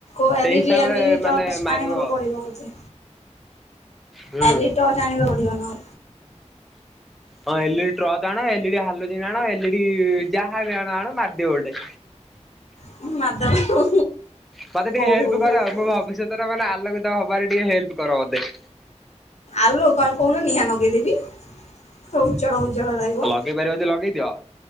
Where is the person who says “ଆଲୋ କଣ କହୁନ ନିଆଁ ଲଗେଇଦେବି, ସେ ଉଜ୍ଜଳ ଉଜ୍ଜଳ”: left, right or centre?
Left